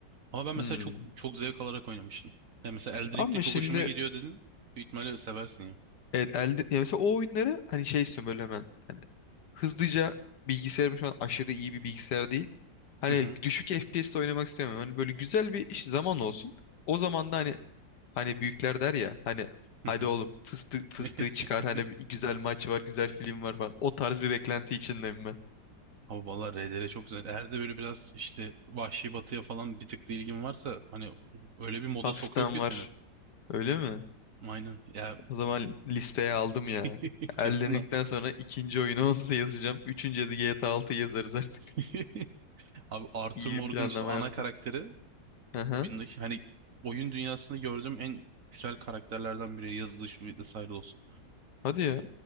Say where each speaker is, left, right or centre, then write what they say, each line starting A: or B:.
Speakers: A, on the right; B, on the left.
A: Ama ben mesela
B: Hmm.
A: çok çok zevk alarak oynamıştım. Ya mesela Elden
B: Ama
A: Ring'de çok
B: şimdi
A: hoşuma gidiyor dedin. Büyük ihtimalle seversin ya.
B: evet, elde, ya mesela o oyunları hani şey istiyorum böyle hemen. Hani hızlıca bilgisayarım şu an aşırı iyi bir bilgisayar değil. Hani
A: Hı hı,
B: düşük FPS'te oynamak istemiyorum. Hani böyle güzel bir iş zaman olsun. O zaman da hani Hani büyükler der ya hani
A: hı
B: hadi
A: hı.
B: oğlum fıstığı, fıstığı
A: <laughs>
B: çıkar hani bir güzel maç var güzel film var falan. O tarz bir beklenti içindeyim ben.
A: Ama valla RDR çok güzel. Eğer de böyle biraz işte Vahşi Batı'ya falan bir tık da ilgin varsa hani öyle bir moda
B: Hafiften
A: sokuyor ki
B: var.
A: seni.
B: Öyle mi?
A: Aynen. Ya
B: O zaman listeye aldım
A: <laughs>
B: ya.
A: Kesin
B: Elden'likten
A: al.
B: sonra ikinci oyunu <laughs> onu yazacağım. Üçüncüye de GTA 6'yı yazarız artık.
A: <laughs> Abi Arthur
B: İyi
A: Morgan
B: bir planlama
A: işte ana
B: yaptık.
A: karakteri
B: Aha.
A: oyundaki hani oyun dünyasında gördüğüm en güzel karakterlerden biri yazılışı vesaire olsun.
B: Hadi ya.